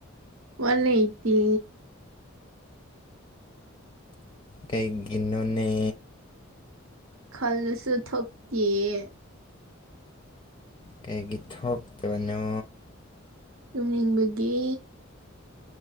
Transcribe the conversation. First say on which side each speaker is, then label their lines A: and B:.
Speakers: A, on the right; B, on the left.
A: ꯋꯥ ꯂꯩꯇꯦ
B: ꯀꯩꯒꯤꯅꯣꯅꯦ
A: ꯈꯜꯂꯁꯨ ꯊꯣꯛꯇꯤꯌꯦ
B: ꯀꯩꯒꯤ ꯊꯣꯛꯇꯕꯅꯣ
A: ꯇꯨꯝꯅꯤꯡꯕꯒꯤ